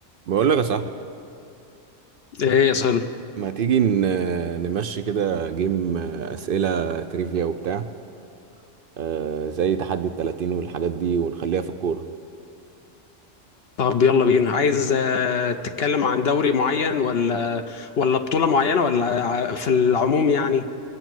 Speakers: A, on the right; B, on the left.
A: بقول لك يا صاحبي
B: ايه يا صل
A: ما تيجي ن- نمشي كده جيم آه، أسئلة تريفيا وبتاع آه، زي تحدي التلاتين والحاجات دي ونخليها في الكورة
B: طب يلا بينا عايز آه، تتكلم عن دوري معين ولا ولا بطولة معينة ولا ع- في العموم يعني